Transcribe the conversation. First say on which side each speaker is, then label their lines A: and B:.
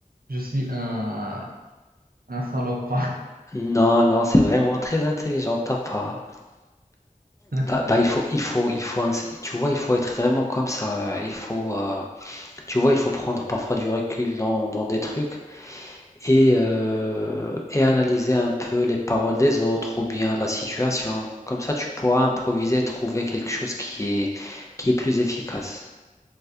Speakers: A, on the right; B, on the left.
A: je suis un, un salopard.
B: Non, non, c'est vraiment très intelligent de ta part.
A: <laughs>
B: Bah, bah, il faut, il faut, il faut, ins- tu vois, il faut être vraiment comme ça. euh, Il faut, euh, tu vois, il faut prendre parfois du recul dans, dans des trucs et, euh, et analyser un peu les paroles des autres ou bien la situation. Comme ça, tu pourras improviser, trouver quelque chose qui est, qui est plus efficace.